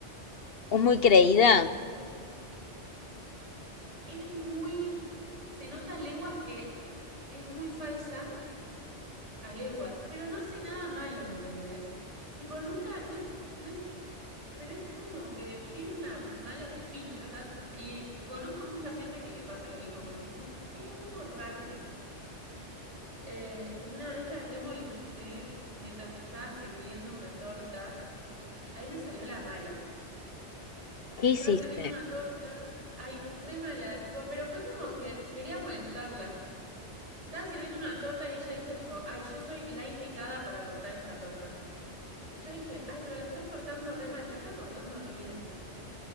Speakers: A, on the left; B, on the right.
A: Es muy creída.
B: Es muy. Se nota a leguas que es muy falsa a leguas, pero no hace nada malo, ¿entendés? Tipo, nunca. No es. No es pero es como que tiene una mala espina. Y conozco mucha gente que le pasa lo mismo con ella. Como que hay algo raro en ella. Eh, y una vez la remolesté mientras estaba sirviendo una torta. Ahí me salió la mala.
A: ¿Qué
B: Estaba
A: hiciste?
B: sirviendo una torta. Ay, re mala. Tipo, pero fue como que quería molestarla. Estaba sirviendo una torta y ella dijo tipo, ay, yo soy la indicada para cortar esta torta. Y yo dije, ay, pero la estás cortando re mal, la estaba cortando re bien.